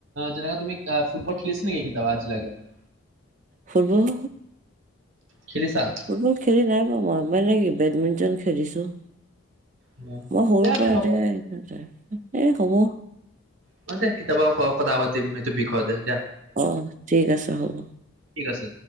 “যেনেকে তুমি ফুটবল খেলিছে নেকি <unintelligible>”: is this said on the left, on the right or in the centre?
Right